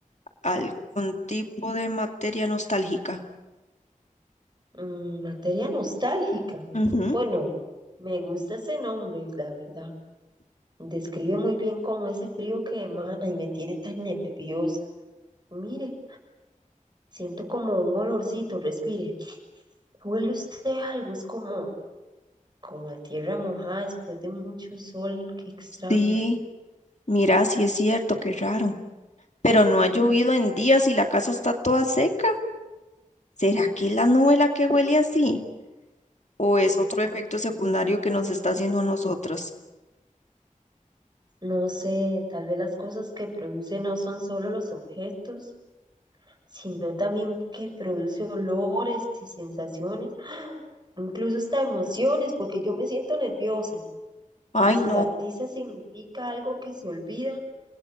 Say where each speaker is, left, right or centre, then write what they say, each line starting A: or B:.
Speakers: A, on the left; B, on the right.
A: ¿Algún tipo de materia nostálgica?
B: mm, materia nostálgica.
A: Ujú.
B: Bueno, me gusta ese nombre, la verdad. Describe muy bien cómo ese frío que emana y me tiene tan nerviosa. Mire. Siento como un olorcito, respire. Huele usted algo, es como, como a tierra mojada después de mucho sol, qué extraño.
A: Sí, mira, sí es cierto, qué raro. Pero no ha llovido en días y la casa está toda seca. ¿Será que es la nube la que huele así? o es otro efecto secundario que nos está haciendo a nosotras.
B: No sé, tal vez las cosas que produce no son solo los objetos, sino también que produce olores y sensaciones, incluso hasta emociones, porque yo me siento nerviosa.
A: Ay,
B: Y si
A: no,
B: la tiza significa algo que se olvida